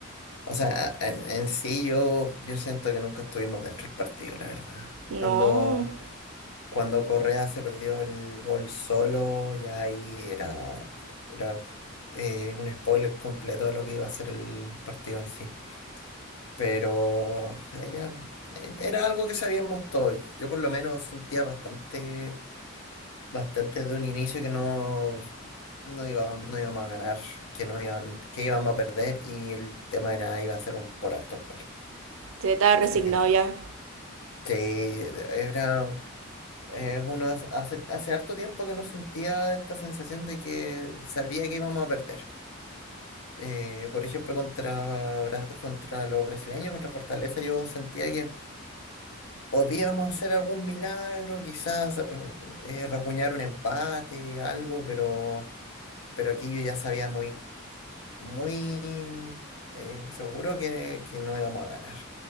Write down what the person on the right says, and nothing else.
No,
se estaba resignado
ya.